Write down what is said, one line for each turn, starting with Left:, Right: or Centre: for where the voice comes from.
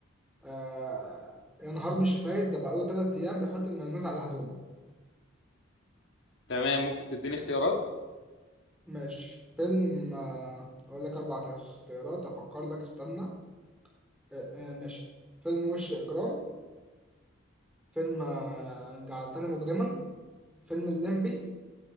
Centre: آه يا نهار مش فايت ده بقاله تلات أيام بيحط المايونيز على هدومه
Left: تمام ممكن تديني اختيارات
Centre: ماشي فيلم آه هقول لك أربع اختيارات أفكر لك استنى آه آه ماشي فيلم وش إجرام فيلم آه جعلتني مجرما فيلم الليمبي